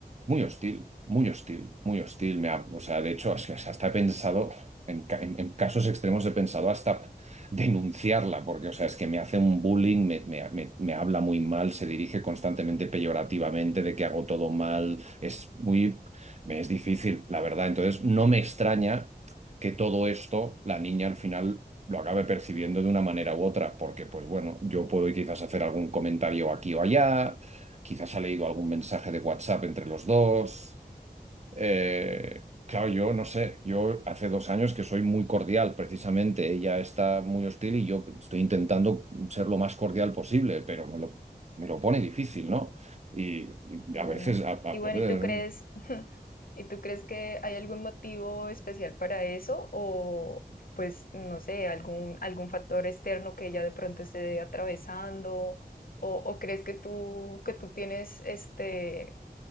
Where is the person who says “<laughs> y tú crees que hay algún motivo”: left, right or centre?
Left